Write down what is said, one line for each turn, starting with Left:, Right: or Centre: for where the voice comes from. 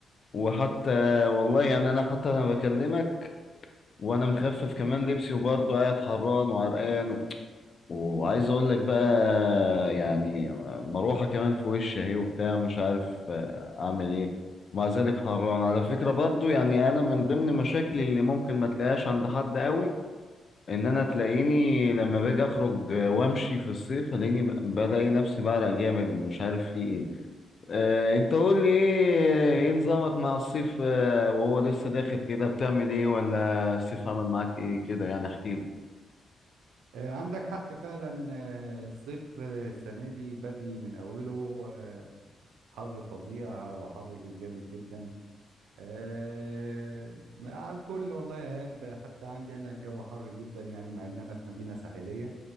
Left: وحتى والله يعني انا حتى انا بكلمك وانا مخفف كمان لبسي وبرضه قاعد حران وعرقان وعايز اقول لك بقى يعني مروحة كمان في وشي اهي وبتاع مش عارف آه، اعمل ايه ومع ذلك حران على فكرة برضو يعني انا من ضمن مشاكلي اللي ممكن ما تلاقيهاش عند حد قوي ان انا تلاقيني لما باجي اخرج آه، وامشي في الصيف تلاقيني ب- بلاقي نفسي بعرق جامد مش عارف في ايه آه انت قول لي ايه إيه نظامك مع الصيف آه وهو لسه داخل كده بتعمل ايه ولا الصيف عمل معاك ايه كده يعني احكي
Right: آه عندك حق فعلا آه الصيف آه، السنه دي بادي من اوله آه، حر فظيع وحر جامد جدا آه على الكل والله يا ايهاب حتى عندي انا الجو حر جدا يعني مع ان انا في مدينه ساحليه